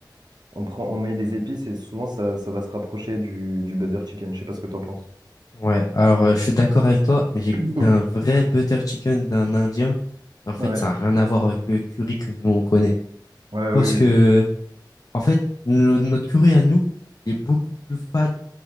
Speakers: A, on the right; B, on the left.
A: on prend on met des épices et souvent ça, ça va se rapprocher du du butter chicken. Je sais pas ce que t'en penses. <coughs>
B: ouais. Alors, euh, je suis d'accord avec toi, mais j'ai
A: <clears throat>
B: goûté un vrai butter chicken d'un Indien. En fait,
A: Ouais,
B: ça n'a rien à voir avec le curry que nous, on connaît.
A: ouais,
B: Je pense
A: oui,
B: que,
A: oui.
B: en fait, no- notre curry à nous est beaucoup plus fade